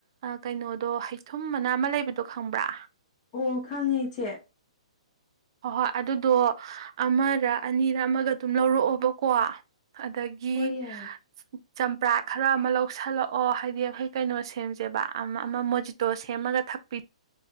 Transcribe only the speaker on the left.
ꯑꯣ ꯈꯪꯉꯤ ꯏꯆꯦ
ꯍꯣꯏ ꯌꯥꯏꯌꯦ